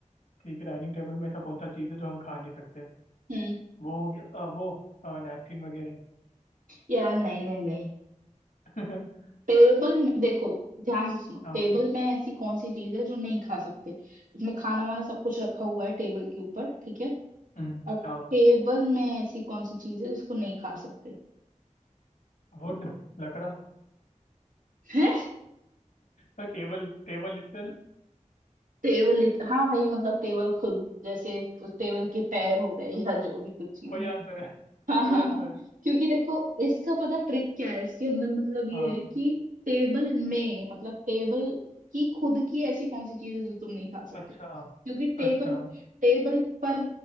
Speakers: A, on the left (about 85°); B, on the right (about 85°).
A: ठीक है डाइनिंग टेबल में ऐसा कौन सा चीज़ है जो हम खा नहीं सकते
B: हम्म
A: वो हो गया अ, वो नैपकिन वगैरह
B: यार नहीं नहीं नहीं
A: <laughs>
B: टेबल में देखो ध्यान से सुनो
A: हाँ
B: टेबल में ऐसी कौन सी चीज है जो नहीं खा सकते उसमें खाना वाना सब कुछ रखा हुआ है टेबल के ऊपर ठीक है
A: हम्म,
B: और
A: हाँ
B: टेबल में ऐसी कौन सी चीज है जिसको नहीं खा सकते
A: वुड लकड़ा
B: है
A: तो टेबल टेबल इटसेल्फ
B: टेबल हाँ भाई मतलब टेबल खुद जैसे उस टेबल के पैर हो गए या जो भी कुछ चीज
A: वही आंसर है <laughs>
B: हाँ
A: वही
B: हाँ
A: आंसर
B: हाँ
A: है
B: क्योंकि देखो इसका पता ट्रिक क्या है इसके अंदर मतलब ये
A: हाँ
B: है कि टेबल में मतलब टेबल की खुद की ऐसी कौन सी चीज है जो तुम नहीं खा सकते
A: अच्छा
B: क्योंकि टेबल
A: अच्छा
B: टेबल पर